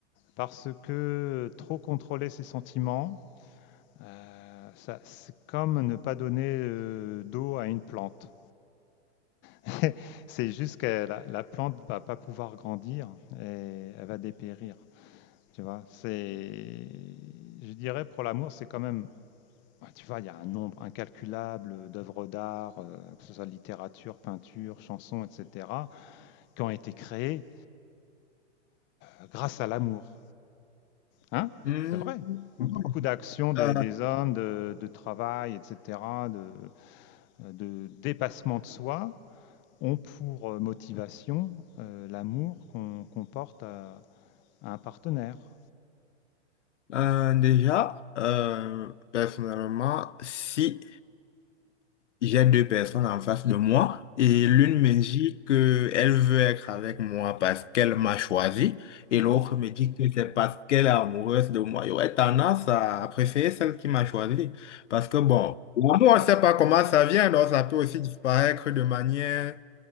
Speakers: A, on the left; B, on the left.
A: parce que trop contrôler ses sentiments. Euh, c'est comme ne pas donner euh, d'eau à une plante. <laughs> C'est juste que la, la plante ne va pas pouvoir grandir et elle va dépérir. Tu vois, c'est, je dirais pour l'amour, c'est quand même, ouais, tu vois, il y a un nombre incalculable d'œuvres d'art, euh, que ce soit littérature, peinture, chanson, etc., qui ont été créées euh, grâce à l'amour. Hein?
B: Hmm,
A: C'est vrai. Ou
B: bon,
A: beaucoup d'actions des,
B: euh,
A: des hommes, de, de travail, etc., de, de dépassement de soi, ont pour euh, motivation euh, l'amour qu'on qu'on porte à, à un partenaire.
B: euh, déjà, euh, personnellement, si J'ai deux personnes en face de moi et
A: Ouais,
B: l'une me dit que elle veut être avec moi parce qu'elle m'a choisi et
A: ouais,
B: l'autre me dit que c'est parce qu'elle est amoureuse de moi. J'aurais tendance à, à préférer celle qui m'a choisi parce que bon, l'amour, on ne sait pas comment ça vient, donc ça peut aussi disparaître de manière